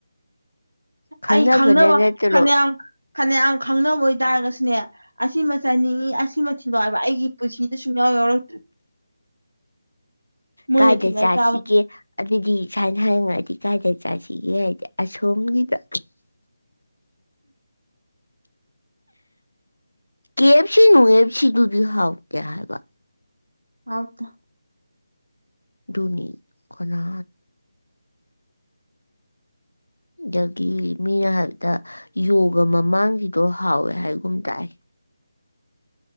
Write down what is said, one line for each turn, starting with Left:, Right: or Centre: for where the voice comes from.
Left: ꯈꯪꯅꯕꯅ
Right: ꯑꯩ ꯈꯪꯅꯕ
Left: ꯅꯠꯇ꯭ꯔꯣ
Right: ꯐꯅꯌꯥꯝ ꯐꯅꯌꯥꯝ ꯈꯪꯅꯕ ꯑꯣꯏꯇꯥꯔꯒꯁꯨꯅꯦ ꯑꯁꯤ ꯆꯥꯅꯤꯡꯉꯤ ꯑꯁꯤꯃꯊꯤꯗꯣ ꯍꯥꯏꯕ ꯑꯩꯒꯤ ꯄꯨꯟꯁꯤꯗ ꯁꯨꯡꯌꯥꯎ ꯌꯥꯎꯔꯛꯇ꯭ꯔꯤ ꯃꯣꯏꯅ
Left: ꯀꯥꯏꯗ
Right: ꯊꯤꯜꯂꯛ
Left: ꯆꯥꯁꯤꯒꯦ
Right: ꯆꯥꯕ
Left: ꯑꯗꯨꯗꯤ ꯁꯥꯏꯅ ꯍꯪꯔꯉꯗꯤ ꯀꯥꯏꯗ ꯆꯁꯤ ꯌꯦ ꯍꯥꯏꯦ ꯑ ꯁꯣꯝꯒꯤꯗ ꯀ ꯑꯦꯐꯁꯤ ꯅꯨ ꯑꯦꯐꯁꯤ ꯇꯗꯤ ꯍꯥꯎ ꯀꯌꯥ ꯍꯥꯏꯕ
Right: ꯑꯗ
Left: ꯅꯤꯅꯤ ꯀꯅꯥ ꯑꯗꯒꯤ ꯃꯤꯅ ꯍꯥꯏꯕꯗ ꯌꯣꯒ ꯃꯃꯥꯡꯁꯤꯗꯣ ꯍꯥꯎꯋꯦ ꯍꯥꯏꯒꯨꯝ ꯇꯥꯏ